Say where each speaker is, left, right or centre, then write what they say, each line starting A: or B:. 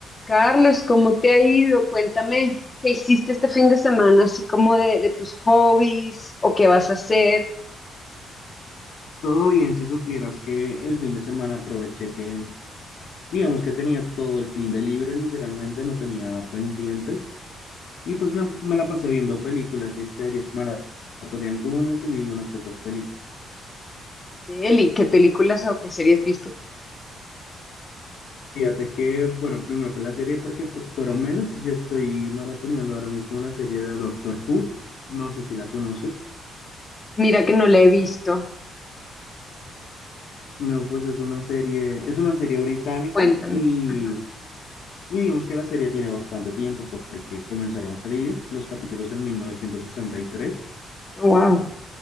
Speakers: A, on the left; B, on the left.
A: Carlos, ¿cómo te ha ido? Cuéntame, ¿qué hiciste este fin de semana? Así como de, de tus hobbies o qué vas a hacer.
B: Todo bien, si supieras que el fin de semana aproveché que, digamos que tenía todo el fin de libre, literalmente no tenía pendientes, y pues me, me la pasé viendo películas y series, maratoné algunas y vi unas que otras películas.
A: Eli, ¿qué películas o qué series viste?
B: Fíjate que, bueno, primero con la serie porque fu- fueron menos, yo estoy maratoneando ahora mismo la serie de Doctor Who, no sé si la conoces.
A: Mira que no la he visto.
B: No, pues es una serie, es una serie británica
A: Cuéntame.
B: y
A: Ajá.
B: Y digamos que la serie tiene bastante tiempo porque comenzaron a salir los capítulos en 1963
A: wow.